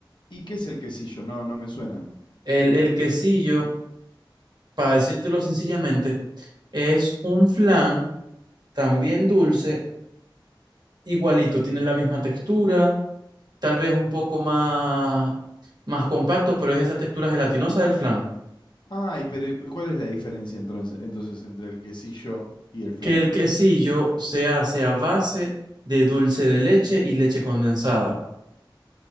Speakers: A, on the left; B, on the right.
A: ¿Y qué es el quesillo? No, no me suena.
B: El, el quesillo, para decírtelo sencillamente, es un flan también dulce, igualito, tiene la misma textura tal vez un poco más, más compacto, pero es esa textura gelatinosa del flan.
A: Ay, pero ¿y cu- ¿cuál es la diferencia entonces, entonces entre el quesillo y el flan?
B: que el quesillo se hace a base de dulce de leche y leche condensada.